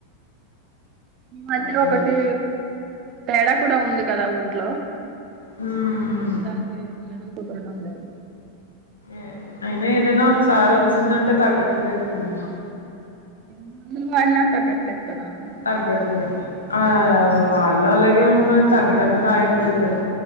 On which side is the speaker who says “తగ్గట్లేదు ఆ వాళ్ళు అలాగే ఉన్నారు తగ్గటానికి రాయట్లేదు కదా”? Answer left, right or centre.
Left